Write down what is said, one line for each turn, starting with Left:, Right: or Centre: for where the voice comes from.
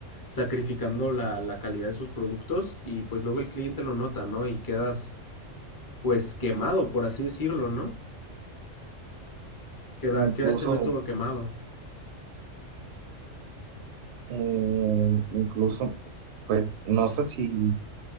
Left: sacrificando la, la calidad de sus productos y pues luego el cliente lo nota, ¿no? Y quedas pues quemado, por así decirlo, ¿no? Queda,
Right: Incluso,
Left: queda ese método quemado.
Right: eh, incluso, pues, no sé si